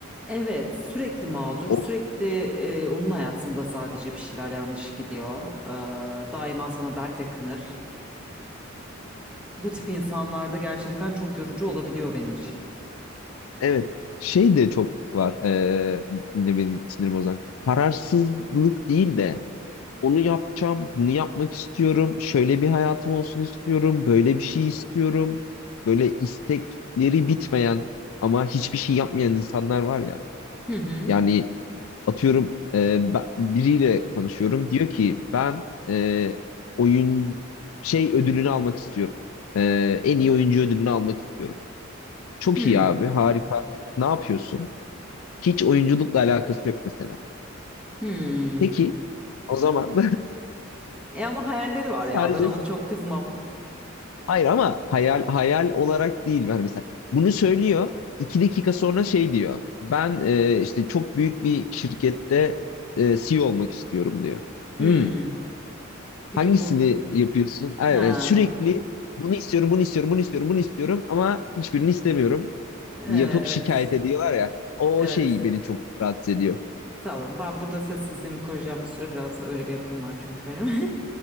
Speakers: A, in the centre; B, on the left (about 80°).
A: Evet, sürekli mağdur,
B: O,
A: sürekli e, onun hayatında sadece bir şeyler yanlış gidiyor. Ee, daima sana dert yakınır. Bu tip insanlarda gerçekten çok yorucu olabiliyor benim için.
B: evet. Şey de çok var. E, yine benim sinir bozan. Kararsızlık değil de onu yapacağım, bunu yapmak istiyorum, şöyle bir hayatım olsun istiyorum, böyle bir şey istiyorum. Böyle istekleri bitmeyen ama hiçbir şey yapmayan insanlar var ya.
A: Hı hı.
B: Yani atıyorum e, ben- biriyle konuşuyorum. Diyor ki ben e, oyun şey ödülünü almak istiyorum. E, en iyi oyuncu ödülünü almak istiyorum. Çok
A: Hı.
B: iyi abi, harika. Ne yapıyorsun? Hiç oyunculukla alakası yok mesela.
A: Hı.
B: Peki o zaman
A: E ama hayalleri var
B: <laughs>
A: ya, ben
B: sadece
A: ona çok kızmam.
B: Hayır ama hayal hayal olarak değil. Yani mesela bunu söylüyor. iki dakika sonra şey diyor. Ben e, işte çok büyük bir şirkette e, CEO olmak istiyorum diyor.
A: Hı.
B: Hmm,
A: Peki
B: hangisini
A: bunun
B: yapıyorsun? e,
A: ha
B: e, sürekli
A: tamam.
B: bunu istiyorum, bunu istiyorum, bunu istiyorum, bunu istiyorum ama hiçbirini istemiyorum.
A: Ee,
B: Yapıp
A: evet.
B: şikayet ediyorlar ya. O
A: Evet.
B: şey beni çok rahatsız ediyor.
A: Tamam. Ben burada sessizliğimi koruyacağım bir süre. Biraz öyle bir yapım var çünkü benim.